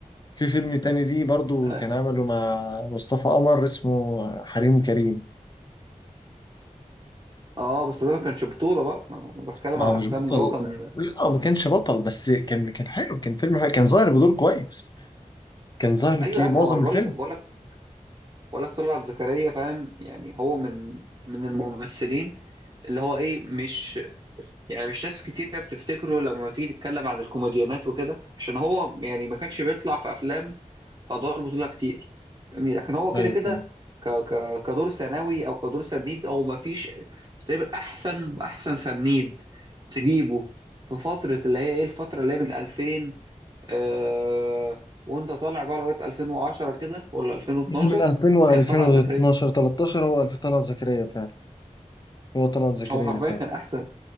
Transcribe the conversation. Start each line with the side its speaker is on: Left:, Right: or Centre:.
Left: في فيلم تاني ليه برضو
Right: اه
Left: كان عمله مع مصطفى قمر اسمه حريم كريم
Right: آه، بس ده ما كانش بطوله بقى أنا بتكلم
Left: ما
Right: على
Left: هو
Right: الافلام
Left: مش بطل
Right: اللي هو كان
Left: اه ما كانش بطل بس كان كان حلو كان فيلم حلو كان ظاهر بدور كويس كان ظاهر
Right: ايوه
Left: كي
Right: يا عم
Left: معظم
Right: هو أنا بقول
Left: الفيلم
Right: لك بقول لك بقول لك طلعت زكريا فاهم يعني هو من من الممثلين اللي هو ايه مش يعني مش ناس كتير بتفتكره لما تيجي تتكلم عن الكوميديانات وكده عشان هو يعني ما كانش بيطلع في افلام ادوار بطوله كتير يعني لكن هو كده
Left: ايوه
Right: كده
Left: فاهم
Right: ك... ك... كدور ثانوي او كدور سنيد او ما فيش تقريبا احسن احسن سنيد تجيبه في فتره اللي هي ايه الفتره اللي هي من 2000 آه... وانت طالع بقى لغايه 2010 كده ولا 2012
Left: هو من 2000 و
Right: كان
Left: 2012
Right: طلعت زكريا
Left: 13 هو 2000 طلعت زكريا فعلا هو طلعت زكريا
Right: هو حرفيا
Left: فعلا
Right: كان احسن